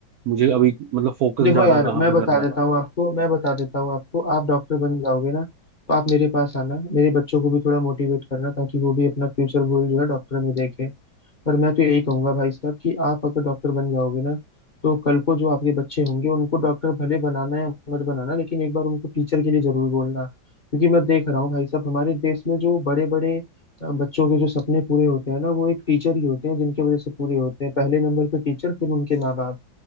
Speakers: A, on the right; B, on the left.
A: मुझे अभी मतलब फोकस
B: देखो
A: ज्यादा
B: यार
A: कहाँ
B: मैं
A: पे
B: बता
A: करना
B: देता
A: है
B: हूँ आपको मैं बता देता हूँ आपको आप डॉक्टर बन जाओगे ना तो आप मेरे पास आना मेरे बच्चों को भी थोड़ा मोटिवेट करना ताकि वो भी अपना फ्यूचर गोल जो है डॉक्टर में देखें और मैं तो यही कहूंगा भाई साहब कि आप अगर डॉक्टर बन जाओगे ना तो कल को जो आपके बच्चे होंगे उनको डॉक्टर भले बनाना या मत बनाना लेकिन एक बार उनको टीचर के लिए जरूर बोलना क्योंकि मैं देख रहा हूँ भाई साहब हमारे देश में जो बड़े बड़े बच्चों के जो सपने पूरे होते हैं ना वो एक टीचर ही होते हैं जिनकी वजह से पूरे होते हैं पहले नंबर पे टीचर फिर उनके माँ बाप